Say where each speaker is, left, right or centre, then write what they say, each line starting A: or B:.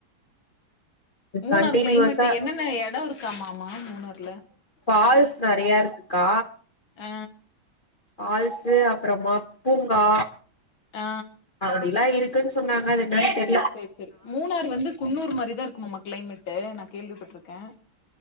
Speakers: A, on the left; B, on the left.
A: மூணார்
B: கண்டினியூஸா
A: கிளைமேட் என்னென்ன எடோ இருக்காமாமமா மூணார்ல
B: ஃபால்ஸ் நறைய இருக்குக்கா
A: அ
B: ஃபால்ஸு அப்பறமா பூங்கா
A: ஆ
B: அப்டி லா இருக்குனு சொன்னாங்க அது என்னன் தெர்
A: சேரி சேரி மூணார் வந்து குன்னூர் மாரிதா இருக்கும்மா மா கிளைமேட்டு நா கேள்விப்பட்ருக்கே